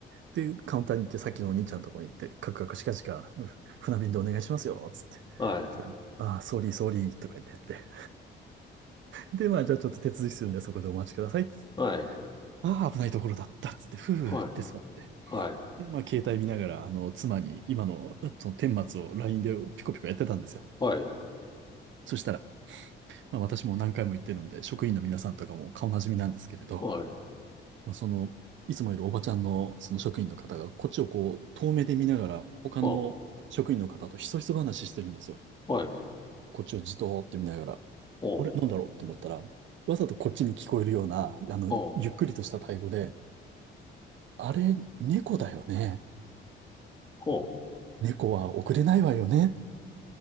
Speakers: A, on the right (about 70°); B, on the left (about 25°).
A: て。で、カウンターに行って、さっきのお兄ちゃんのとこに行って、カクカクしかしか、船便でお願いしますよ、つって。
B: はい。
A: ああー、ソーリー、ソーリーとか言ってって。で、まあ、じゃあちょっと手続きするんで、そこでお待ちください、つって。
B: はい。
A: ああ、危ないところだった、つって、ふーって座って。
B: はい。はい。
A: で、まあ、携帯見ながら、あの、妻に今の、その、顛末を LINE でピコピコやってたんですよ。
B: はい。
A: そしたら、まあ、私も何回も言ってるんで、職員の皆さんとかも顔なじみなんですけれど、
B: はい。
A: まあ、その、いつもいるおばちゃんのその職員の方が、こっちをこう、遠目で見ながら、他の職員の方とひそひそ話してるんですよ。
B: あはい。
A: こっちをじとーって見ながら、
B: お。
A: あれ、なんだろうと思ったら、わざとこっちに聞こえるような、あの、
B: お。
A: ゆっくりとしたタイ語で、あれ、猫だよね。
B: お。
A: 猫は遅れないわよね。って